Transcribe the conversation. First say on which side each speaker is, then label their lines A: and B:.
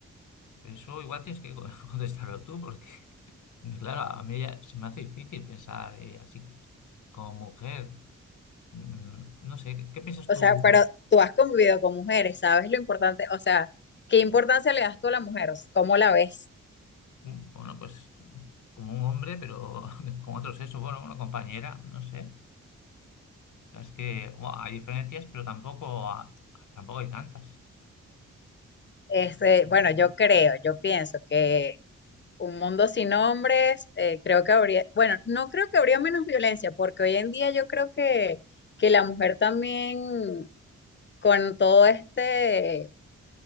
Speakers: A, on the left (about 65°); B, on the left (about 35°).
A: Eso igual tienes que co- <laughs> contestarlo tú, porque, claro, a mí ya se me hace difícil pensar eh, así como mujer. Mm, no sé, ¿qué, qué piensas
B: O
A: tú?
B: sea, pero tú has convivido con mujeres, ¿sabes lo importante? O sea, ¿qué importancia le das tú a la mujer? ¿Cómo la ves?
A: Mm, Bueno, pues como un hombre, pero <laughs> con otro sexo, bueno, una compañera, no sé. Es que bueno, hay diferencias, pero tampoco, ha- tampoco hay tantas.
B: Este, bueno, yo creo, yo pienso que un mundo sin hombres, eh, creo que habría, bueno, no creo que habría menos violencia, porque hoy en día yo creo que, que la mujer también, con todo este,